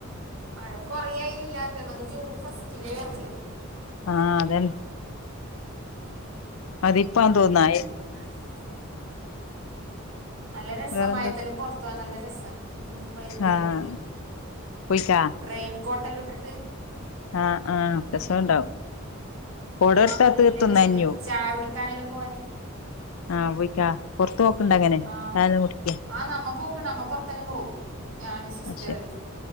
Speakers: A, on the right; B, on the left.
A: മഴ കുറയായിലെ ഇല്ലാത്തെ ന്നങ് ജൂൺ ഫസ്റ്റിലേ വരണ്ട അല്ലേ-
B: ആഹ് അതൻ അതിപ്പാ ആഹ് തോന്നായെ-
A: നായി- നല്ല രസമായത്തല്ലം
B: വേറെന്താ
A: പോറത്തവാൻ നല്ല രസ- ഇന്ന് വൈകുന്നേരല്ലം
B: ആഹ്
A: പോയി
B: പോയിക്കാ
A: റെയിൻ കോട്ടല്ലം ഉട്ട്ട്ട്-
B: ആഹ് ആഹ് രസണ്ടാവും കൊട
A: ആഹ്
B: എടുത്താ
A: നല്ല
B: തീർത്തും
A: രസകര
B: നനഞ്ഞോവും
A: ചായകുടി ക്കാനലാം പോയന്-
B: ആഹ് പോയിക്കാ പൊറത്ത് പോക്ണ്ട അങ്ങനെ
A: ആഹ്
B: ചായല്ലം കുടിക്കാൻ-
A: ആഹ് നമ്മപോക്കണം നമ്മ പൊറത്തെല്ലാം പോവും ഞാനും സിസ്റ്ററെല്ലാം
B: അത് ശരി